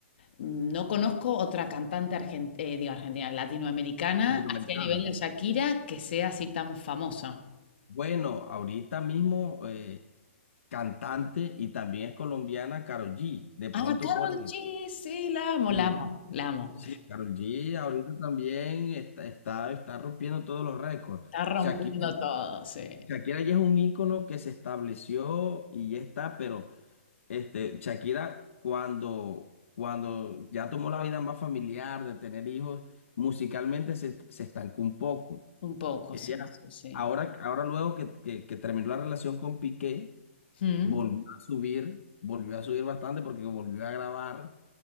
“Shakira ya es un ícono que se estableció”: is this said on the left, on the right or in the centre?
Left